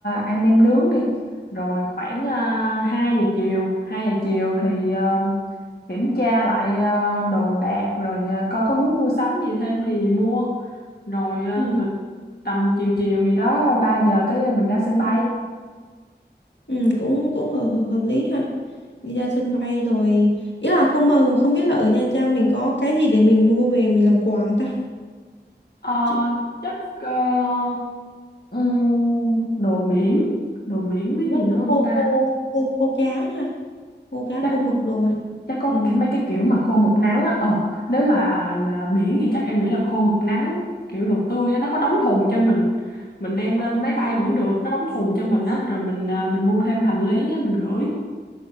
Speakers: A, on the left; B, on the left.
A: ăn nem nướng đi rồi khoảng uh, 2 giờ chiều 2 giờ chiều thì ờ, kiểm tra lại ờ, đồ đạc rồi ờ, coi có muốn mua sắm gì thêm thì mua rồi ờ,
B: ừ,
A: từ tầm chiều chiều gì đó 3 giờ cái mình ra sân bay
B: ừ, cũng cũng hợp, hợp hợp lý ha đi ra sân bay rồi ý là không mơ mà không biết là ở Nha Trang mình có cái gì để mình mua về mình làm quà không ta
A: ờ,
B: Chứ-
A: chắc ờ, ừm, đồ biển đồ biển với
B: Chắc
A: gì nữa
B: là
A: không
B: khô
A: ta
B: khô khô khô cá ha khô cá
A: chắc
B: khô mực đồ ha.
A: chắc có
B: ừ.
A: cái mấy cái kiểu mà khô một nắng á ờ nếu mà là biển thì chắc em nghĩ là khô một nắng kiểu đồ tươi á, nó có đóng thùng cho mình mình đem lên máy bay vẫn được nó đóng thùng cho mình á rồi mình à, mình mua thêm hành lý á, mình gửi